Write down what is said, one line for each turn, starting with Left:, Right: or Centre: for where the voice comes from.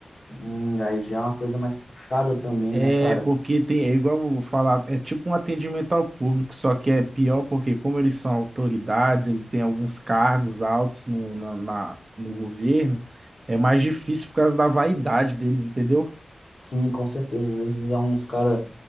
Left: Hum, aí já é uma coisa mais puxada também,
Right: É
Left: né, cara?
Right: porque tem, é igual eu vou falar, é tipo um atendimento ao público, só que é pior porque como eles são autoridades, ele tem alguns cargos altos no, na, na- no governo, é mais difícil por causa da vaidade deles, entendeu?
Left: Sim, com certeza. Às vezes é uns cara